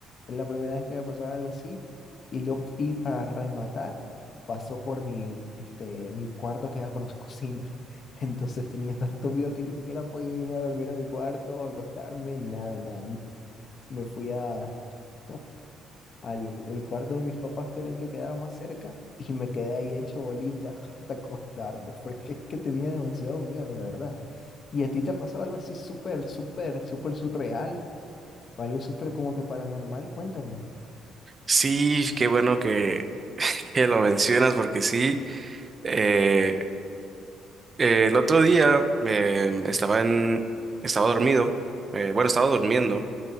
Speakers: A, on the left; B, on the right.
A: es la primera vez que me pasaba algo así. Y, lo, y para rematar, pasó por mi, este, mi cuarto que era por la cocina. <laughs> Entonces tenía tanto miedo que ni siquiera podía irme a dormir a mi cuarto o acostarme, nada, nada. Me fui a... <laughs> al el cuarto de mis papás, que era el que quedaba más cerca, y me quedé ahí hecho bolita <laughs> hasta acostarme, porque es que tenía demasiado miedo, de verdad. ¿Y a ti te ha pasado algo así súper, súper, súper surreal? ¿O algo súper como que paranormal? Cuéntame.
B: Sí, qué bueno que, que lo mencionas porque sí, eh, eh, el otro día eh, estaba en, estaba dormido, eh, bueno, estaba durmiendo